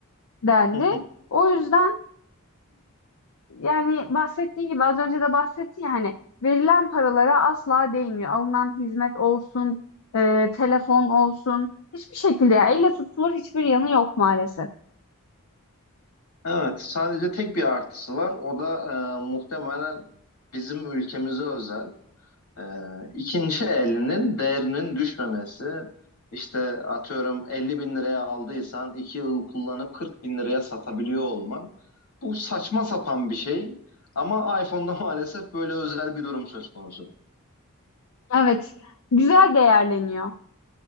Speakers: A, on the left; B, on the left.
A: dendi.
B: <laughs>
A: O yüzden yani bahsettiği gibi az önce de bahsetti ya hani verilen paralara asla değmiyor. Alınan hizmet olsun, e, telefon olsun hiçbir şekilde ya elle tutulur hiçbir yanı yok maalesef.
B: Evet, sadece tek bir artısı var. O da e, muhtemelen bizim ülkemize özel. Ee, ikinci elinin değerinin düşmemesi. İşte atıyorum 50 bin liraya aldıysan 2 yıl kullanıp 40 bin liraya satabiliyor olman. Bu saçma sapan bir şey ama iPhone'da <laughs> maalesef böyle özel bir durum söz konusu.
A: Evet, güzel değerleniyor.